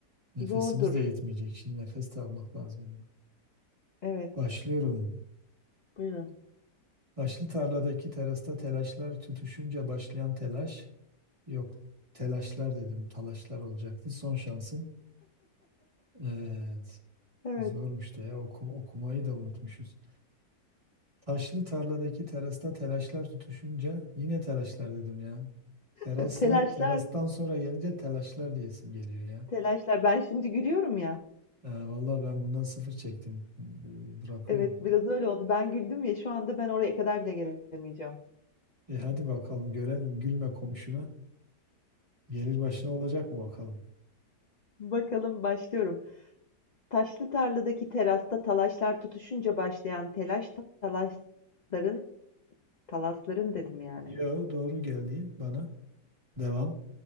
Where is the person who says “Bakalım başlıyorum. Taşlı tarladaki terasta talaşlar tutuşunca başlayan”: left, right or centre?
Left